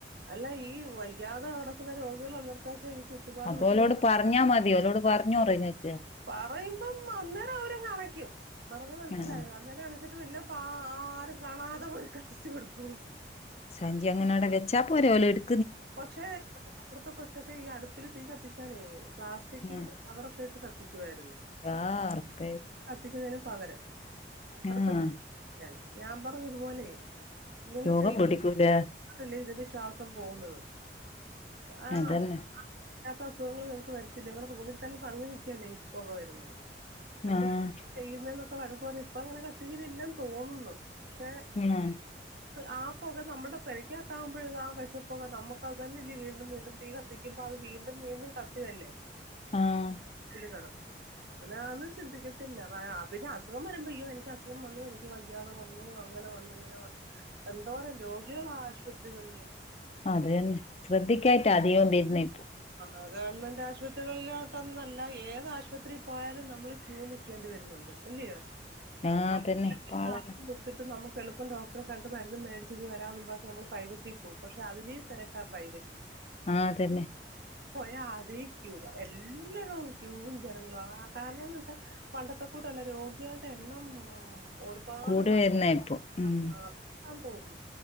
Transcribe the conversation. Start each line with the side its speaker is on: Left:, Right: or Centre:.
Right: അല്ല ഈ വയ്യാതെ കെടക്കുന്ന രോഗികൾ ഉള്ളടത്ത് ഈ ചുറ്റുപാട്
Left: അപ്പൊ
Right: വിട്ടിങ്ങനെ
Left: ഓലോട് പറഞ്ഞാ
Right: ഇടക്ക്
Left: മതി ഓലോട് പറഞ്ഞോറ് ഇങ്ങക്ക്
Right: പറയുമ്പം അന്നേരം അവരങ്ങണക്കും പറഞ്ഞ മനസ്സിലായോ
Left: ആഹ്
Right: അന്നേരം അണിച്ചി പിന്നെപ്പ ആരും കാണാതെ പോയി കത്തിച്ച് കൊടുക്കും
Left: സഞ്ചി അങ്ങനടെ വെച്ചാപ്പോരെ ഓല് എടു
Right: പക്ഷെ അപ്പറത്തെ കൊച്ചൊക്കെ ഈ അടുപ്പില് തീ കത്തിക്കാനേ പ്ലാസ്റ്റിക്കിന്റെ
Left: ആഹ്
Right: കവറൊക്കെ ഇട്ട് കത്തിക്കുവാരുന്നു
Left: യാ റബ്ബേ
Right: കത്തിക്കുന്നതിന് പകരം <unintelligible>
Left: ആഹ്
Right: ഞാൻ പറഞ്ഞ് ഇതുപോലെ ഇങ്ങനെ
Left: രോഗം
Right: ചെയ്യി
Left: പിടിക്കൂല
Right: <inaudible> ഇതിന്റെ ശ്വാസം പോകുന്നത് ആഹ്
Left: അതന്നെ
Right: അ ഇല്ലാത്ത അസുഖങ്ങൾ നിങ്ങക്ക് വരത്തില്ലേ നിങ്ങളുടെ റൂമിൽ തന്നെ തങ്ങി നിക്കല്ലേ ഇപ്പൊക വരുന്നത് എന്തിനാ
Left: ആഹ്
Right: ചെയ്യുന്ന എന്നൊക്കെ വഴക്ക് പറഞ്ഞ് ഇപ്പ അങ്ങനെ കത്തീരില്ലെ ന്ന് തോന്നുന്ന് പക്ഷെ
Left: ഞാൻ
Right: ആ പുക നമ്മുടെ പെരക്കകത്താകുമ്പഴ് ആ വെഷപ്പുക നമുക്ക് അത് തന്നെ ഇല്ലീ വീണ്ടും വീണ്ടും തീ കത്തിക്കുമ്പ അപ്പ അത് വീണ്ടും വീണ്ടും കത്തു കല്ലേ
Left: ആഹ്
Right: <unintelligible> അതൊന്നും ചിന്തിക്കത്തില്ല പിന്നെ അസുഖം വരുമ്പൊ അയ്യോ എനിക്ക് അസുഖം വന്നു എനിക്ക് വ വയ്യാതെ വന്നു അങ്ങനെ വന്നു ഇങ്ങനെ വന്നു എന്തോരം രോഗികളാ ആശുപത്രികളില്
Left: അത് തന്നെ ശ്രദ്ധിക്കായിട്ടാ അധികോം വരുന്നേ ഇപ്പൊ
Right: ആഹ് ഗവൺമെന്റ് ആശുപത്രികളിലോട്ടൊന്നല്ല ഏത് ആശുപത്രീ പോയാലും നമ്മള് ക്യൂ നിക്കേണ്ടി വരുന്നുണ്ട് ഇല്ലിയൊ <inaudible>
Left: ആഹ്
Right: <unintelligible>
Left: തന്നെ പാളന്നെ
Right: ത്തിട്ടും നമുക്ക് എളുപ്പം ഡോക്ടറെ കണ്ട് മരുന്ന് മേടിച്ചിങ്ങ് വരാവെന്നും പറഞ്ഞ് നമ്മള് പ്രൈവറ്റിൽ പോവും പക്ഷെ അതില് തെരക്കാ പ്രൈവറ്റില്
Left: ആഹ് തന്നെ
Right: പോയാ അതേ ക്യൂവാ എല്ലടോം ക്യൂവും ജനങ്ങളുവാ ആഹ് കാരണംന്ന് വെച്ചാ പണ്ടത്തെ കൂട്ടല്ല രോഗികളുടെ എണ്ണം ഒര <unintelligible> പാട്
Left: കൂടി
Right: വർ
Left: വരുന്ന
Right: <inaudible> <unintelligible>
Left: ഇപ്പൊ ഉം
Right: തോന്നുന്നു